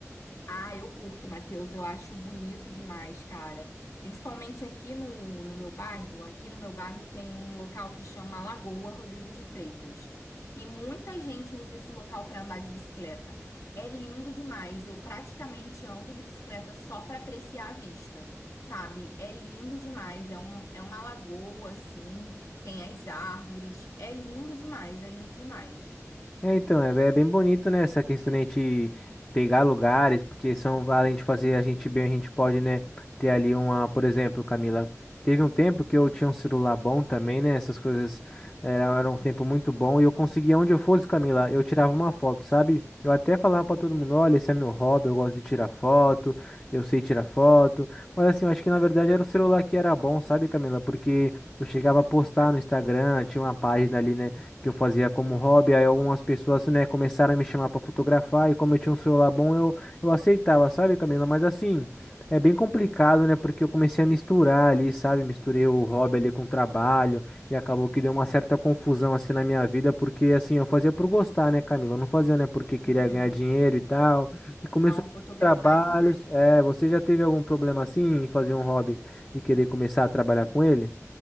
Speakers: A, on the left (about 85°); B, on the left (about 30°).
A: Ah, eu curto, Matheus. Eu acho bonito demais, cara. Principalmente aqui no, no meu bairro. Aqui no meu bairro tem um local que chama Lagoa Rodrigo de Freitas. E muita gente usa esse local para andar de bicicleta. É lindo demais. Eu praticamente ando de bicicleta só para apreciar a vista, sabe? É lindo demais. É um, é uma lagoa, assim. Tem as árvores. É lindo demais. É lindo demais.
B: É, então, é, é bem bonito, né, essa questão de a gente pegar lugares, porque são, além de fazer a gente bem, a gente pode, né, ter ali uma, por exemplo, Camila, teve um tempo que eu tinha um celular bom também, né, essas coisas era, era um tempo muito bom, e eu conseguia, onde eu fosse, Camila, eu tirava uma foto, sabe? Eu até falava pra todo mundo, olha, esse é meu hobby, eu gosto de tirar foto, eu sei tirar foto, mas assim, eu acho que na verdade era o celular que era bom, sabe, Camila? Porque eu chegava a postar no Instagram, tinha uma página ali, né, que eu fazia como hobby, aí algumas pessoas, né, começaram a me chamar para fotografar e como eu tinha um celular bom, eu, eu aceitava, sabe, Camila? Mas assim, é bem complicado, né, porque eu comecei a misturar ali, sabe? Misturei o hobby ali com o trabalho e acabou que deu uma certa confusão assim na minha vida, porque assim, eu fazia por gostar, né, Camila? Eu não fazia, né, porque queria
A: Uhum.
B: ganhar dinheiro e tal. E começou
A: Não, fotografar
B: trabalhos.
A: é demais.
B: É, você já teve algum problema assim em fazer um hobby e querer começar a trabalhar com ele?